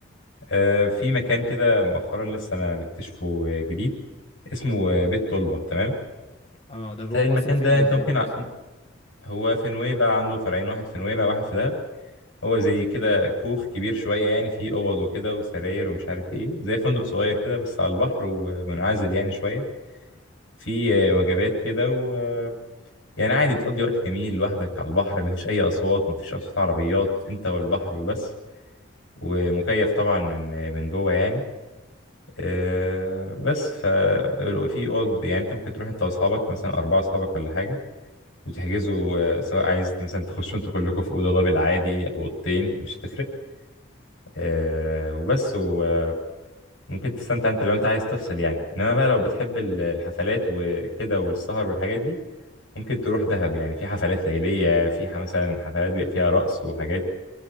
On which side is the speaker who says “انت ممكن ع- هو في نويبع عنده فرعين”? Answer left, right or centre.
Left